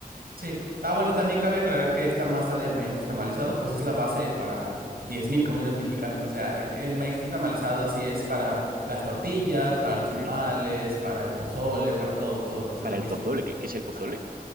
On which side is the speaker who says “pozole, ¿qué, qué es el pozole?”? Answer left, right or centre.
Right